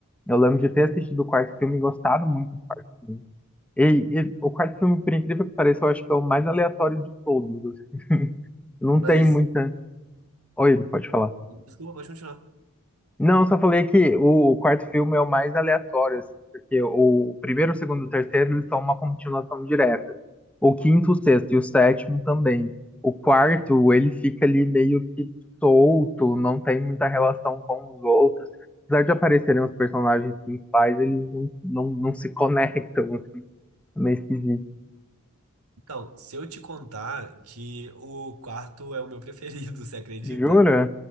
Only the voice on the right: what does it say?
Mas,
desculpa, pode continuar.
Então, se eu te contar que o quarto é o meu preferido, <laughs> você acredita?